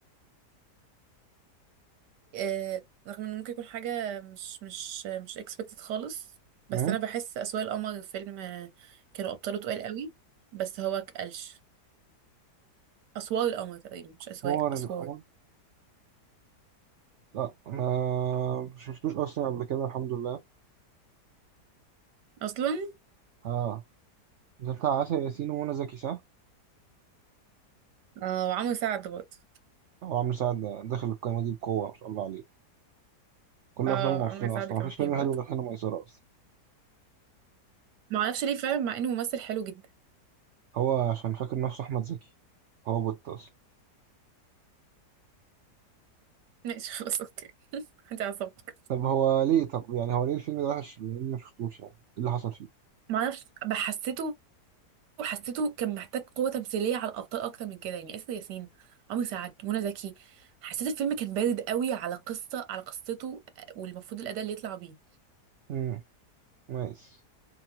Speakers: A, on the right; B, on the right.
A: آه، رغم ان ممكن يكون حاجة مش مش مش expected خالص بس
B: مم.
A: انا بحس اسوار القمر فيلم آه، كانوا ابطاله تقال قوي بس هو كقلش اسوار القمر تقريبا مش
B: اخبار
A: اسواق اسوار
B: القمر لا ما شفتوش اصلا قبل كده الحمد لله
A: اصلا
B: اه ده بتاع عسل ياسين ومنى زكي صح؟
A: اه وعمرو سعد برضه
B: هو عامل سعد داخل القايمه دي بقوه ما شاء الله عليه كل
A: اه
B: افلامه معفنه
A: عمرو سعد
B: اصلا
A: كان
B: مفيش
A: فيه
B: فيلم
A: برضه
B: حلو غير حين ميسره اصلا
A: معرفش ليه فعلا مع انه ممثل حلو جدا
B: هو عشان فاكر نفسه احمد زكي هو بوت اصلا
A: <laughs> ماشي خلاص اوكي انت عصبك
B: طب هو ليه طب يعني هو ليه الفيلم ده وحش بما اني مشفتوش يعني ايه اللي حصل فيه
A: معرفش بحسيته وحسيته كان محتاج قوة تمثيلية على الأبطال أكتر من كده يعني آسر ياسين عمرو سعد منى زكي حسيت الفيلم كان بارد قوي على قصة على قصته آه، والمفروض الأداء اللي يطلع بيه
B: امم نايس